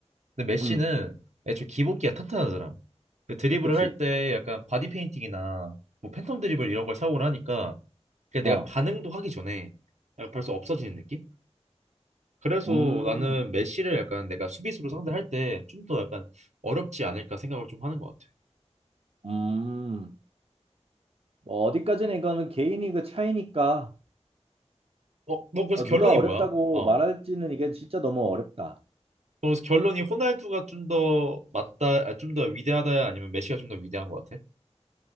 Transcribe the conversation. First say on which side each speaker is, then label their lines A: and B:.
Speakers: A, on the right; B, on the right.
A: 근데 메시는
B: 음,
A: 애초에 기복기가 탄탄하잖아. 그 드리블을
B: 그치.
A: 할 때 약간 바디 페인팅이나 뭐 팬텀 드리블 이런 걸 사용을 하니까 그냥
B: 어,
A: 내가 반응도 하기 전에 약간 벌써 없어지는 느낌? 그래서
B: 음,
A: 나는 메시를 약간 내가 수비수로 상대할 때 좀 더 약간 어렵지 않을까 생각을 좀 하는 것 같아.
B: 음. 뭐 어디까지는 이거는 개인이 그 차이니까
A: 어, 너 그래서
B: 어,
A: 결론이
B: 누가 어렵다고
A: 뭐야? 어,
B: 말할지는 이게 진짜 너무 어렵다.
A: 너 그래서 결론이 호날두가 좀 더 맞다, 아, 좀 더 위대하다 아니면 메시가 좀 더 위대한 것 같아?